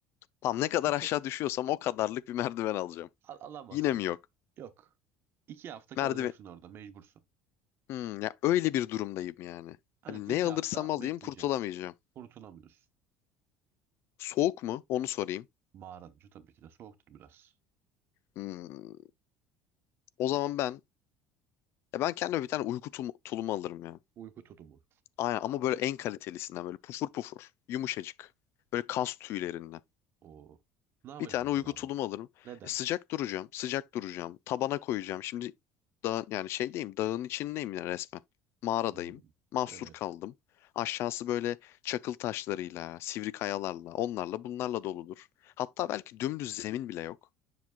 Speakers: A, on the left; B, on the right.
A: Tam ne kadar
B: İki
A: aşağı düşüyorsam o kadarlık bir merdiven alacağım.
B: al- alamazsın.
A: Yine mi yok?
B: Yok. İki hafta kalacaksın
A: Merdiven.
B: orada, mecbursun.
A: Hmm, ya öyle bir durumdayım yani.
B: Hani
A: Hani
B: iki
A: ne alırsam
B: hafta
A: alayım
B: bekleyeceksin.
A: kurtulamayacağım.
B: Kurtulamıyorsun.
A: Soğuk mu? Onu sorayım.
B: Mağaranın içi tabii ki de soğuktur biraz.
A: Hmm, o zaman ben ya ben kendime bir tane uyku tum- tulumu alırım ya.
B: Uyku tutumu.
A: Aynen ama böyle en kalitelisinden böyle pufur pufur, yumuşacık. Böyle kas tüylerinden.
B: O. Ne yapacağım
A: Bir tane
B: mesela
A: uygu tulumu
B: onu?
A: alırım.
B: Neden?
A: E, sıcak duracağım, sıcak duracağım. Tabana koyacağım. Şimdi dağ, yani şeydeyim, dağın içindeyim ya resmen. Mağaradayım.
B: Hmm,
A: Mahsur
B: Evet.
A: kaldım. Aşağısı böyle çakıl taşlarıyla, sivri kayalarla, onlarla bunlarla doludur. Hatta belki dümdüz zemin bile yok.